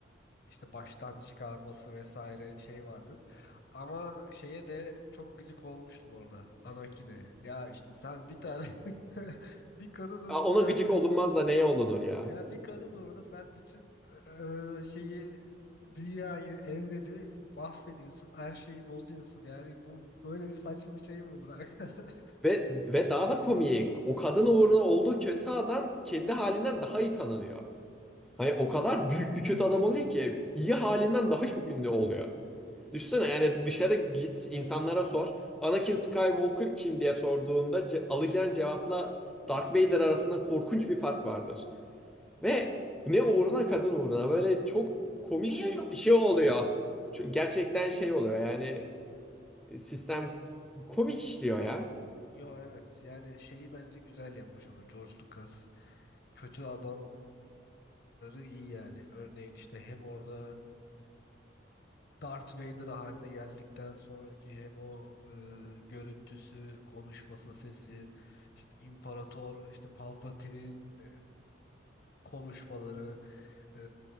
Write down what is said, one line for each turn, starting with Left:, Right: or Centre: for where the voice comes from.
Left: işte baştan çıkarması vesaire şey vardı. Ama şeye de çok gıcık olmuştum orada Anakin'e. Ya işte sen bir tane <laughs> bir kadın
Centre: Ya
Left: uğruna
Centre: ona gıcık olunmaz da neye olunur ya?
Left: Ya bir kadın orada sen bütün eee, şeyi dünyayı, evreni mahvediyorsun, her şeyi bozuyorsun. Yani bu böyle bir saçma bir şey mi olur arkadaş? <laughs>
Centre: Ve, ve daha da komiği o kadın uğruna olduğu kötü adam kendi halinden daha iyi tanınıyor. Hani o kadar büyük bir kötü adam oluyor ki iyi halinden daha çok ünlü oluyor. Düşünsene yani dışarı git, insanlara sor. Anakin Skywalker kim diye sorduğunda ce- alacağın cevapla Darth Vader arasında korkunç bir fark vardır. Ve ne uğruna kadın uğruna böyle çok komik Niye bir, bir yok? şey yok? oluyor. Ç- Gerçekten şey oluyor yani sistem komik işliyor ya.
Left: Yo evet yani şeyi bence güzel yapmış ama George Lucas kötü adamları iyi yani. Örneğin işte hem orada e, Darth Vader haline geldikten sonraki hem o e, görüntüsü, konuşması, sesi, işte İmparator, işte Palpatine'in e, konuşmaları. e,